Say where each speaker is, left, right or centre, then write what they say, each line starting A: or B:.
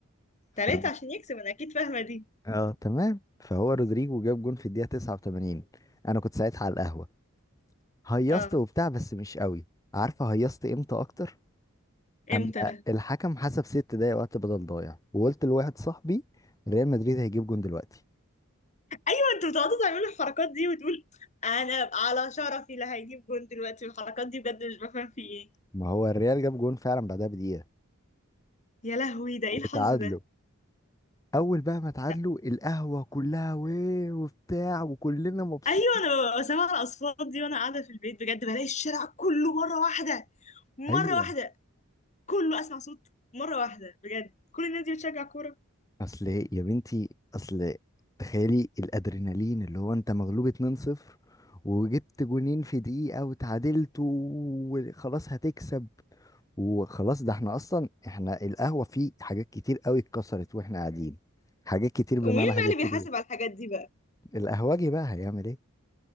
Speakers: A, on the left (about 15°); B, on the left (about 30°).
A: ف...
B: تلاتة عشان يكسب انا اكيد فاهمه دي
A: اه تمام فهو رودريجو جاب جون في الدقيقه 89 انا كنت ساعتها على القهوه هيصت
B: اه
A: وبتاع بس مش قوي عارفه هيصت امتى اكتر
B: امتى
A: اما الحكم حسب ست دقايق وقت بدل ضايع وقلت لواحد صاحبي ريال مدريد هيجيب جون دلوقتي
B: ايوه انتوا بتقعدوا تعملوا الحركات دي وتقول انا على شرفي لا هيجيب جون دلوقتي الحركات دي بجد مش بفهم في ايه
A: ما هو الريال جاب جون فعلا بعدها بدقيقه
B: يا لهوي ده ايه
A: وتعادلوا
B: الحظ ده
A: اول بقى ما اتعادلوا
B: لا.
A: القهوه كلها ويه وبتاع وكلنا مبسوط
B: ايوه انا ببقى سامعه الاصوات دي وانا قاعده في البيت بجد بلاقي الشارع كله مره واحده مره
A: ايوه
B: واحده كله اسمع صوت مره واحده بجد كل الناس دي بتشجع كوره
A: اصل يا بنتي اصل تخيلي الادرينالين اللي هو انت مغلوب 2-0 وجبت جونين في دقيقه وتعادلت وخلاص هتكسب وخلاص ده احنا اصلا احنا القهوه فيه حاجات كتير قوي اتكسرت واحنا قاعدين حاجات كتير بمعنى
B: ومين
A: حاجات
B: بقى اللي
A: كتير
B: بيحاسب على الحاجات دي بقى
A: القهوجي بقى هيعمل ايه